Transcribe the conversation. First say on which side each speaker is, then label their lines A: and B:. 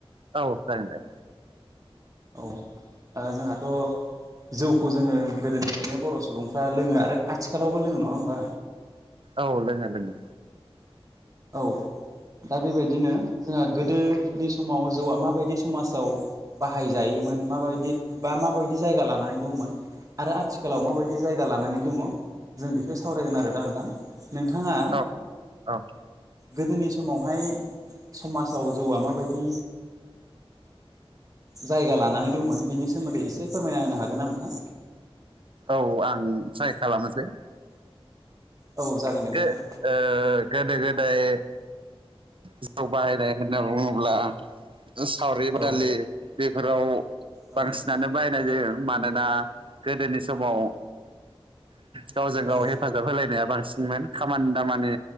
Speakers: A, on the right; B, on the right.
A: औ जागोन दे
B: औ ओ जोंहाथ जौखौ जोंङो गोदोनिफ्रायनो बर सुबुंफ्रा लोंङो आरो आथिखालावबो लोंङो नङा होमबा
A: औ लोंङो लोंङो
B: औ दा बेबायदिनो जोंङो गोदोनि समाव जौआ माबायदि समाजाव बाहायजायोमोन माबायदि बा माबायदि जायगा लानानै दंमोन आरो आथिखालाव माबायदि जायगा लानानै दंङ जों बेखो सावरायगोन आरो दा नोंथां नोंथांङा
A: औ औ
B: गोदोनि समावहाय समाजाव जौआ माबायदि जायगा लानानै दंमोन बेनि सोमोन्दै एसे फोरमायना होनो हागोन ना नोंथां
A: औ आं ट्राइ खालामनोसै
B: औ जागोन दे नोंथां
A: ओ गोदो गोदाय जौ बाहायनाय होन ना बुंङोब्ला सावरि बादालि
B: औ
A: बेफोराव
B: औ
A: बांसिनानो बाय नाय जायो मानोना गोदोनि समाव गावजों गाव
B: औ
A: हेफाजाब होलायनाया बांसि मोन खामानि दामानि